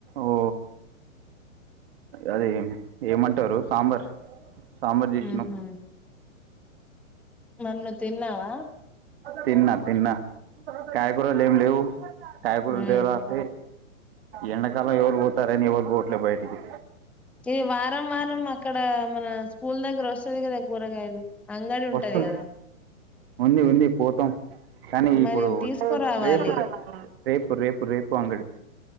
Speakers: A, on the right; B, in the centre.
A: ఓ అది ఏమంటారు సాంబార్ సామర్జ్యషణం
B: ఊహూ నన్ను తిన్నావా
A: తిన్నా తిన్నా కాయకుూరలు ఏమి లేవు కాయకూరలు
B: హ్మ్
A: లేవాల అంటే ఎండాకాలం ఎవరు పోతారని ఎవరు పోవట్లేదు బయటికి
B: ఈ వారం వారం అక్కడ మన స్కూల్ దగ్గర స్తది కదా కూరగాయలు అంగడి ఉంటది
A: వస్తుంది.
B: గదా
A: ఉంది ఉంది పోతాం కానీ
B: మరి
A: ఇప్పుడు
B: తీసుకురావాలి
A: రేపు రేపు రేపు రేపు అంగడి